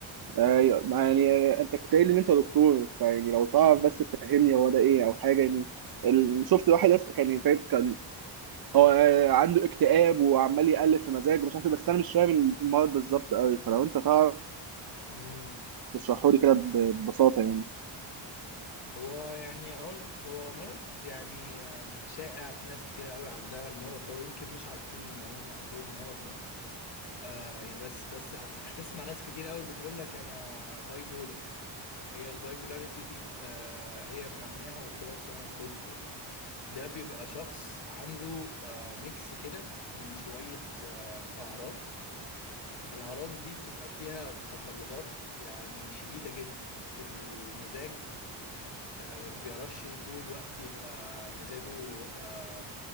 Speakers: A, on the right (about 50°); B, on the left (about 55°).
A: ايوه ما يعني آه، انت كنت قايل لي ان انت دكتور فيعني لو تعرف بس تفهمني هو ده ايه او حاجه يعني ال- شفت واحد يس- كان فاهم- كان هو آه، عنده اكتئاب وعمال يقلب في مزاجه ومش عارف ايه بس انا مش فاهم المرض بالظبط قوي فلو انت تعرف
B: امم
A: تشرحه لي كده ب- ببساطه يعني
B: هو يعني هقول لك هو مرض يعني آم، شائع في ناس كتير قوي عندها المرض ده ويمكن مش عارفين ان هم عندهم المرض ده آه يعني بس بس هت- هتسمع ناس كتير قوي بتقول لك انا بايبولر هي البايبولاريتي دي آه هي معناها اضطراب ثنائي القطب يعني ده بيبقى شخص عنده آه ميكس كده من شوية آه أعراض الأعراض دي بتبقى فيها تقلبات يعني شديدة جدا في المزاج آه، ما بيعرفش طول الوقت يبقى مزاجه آه،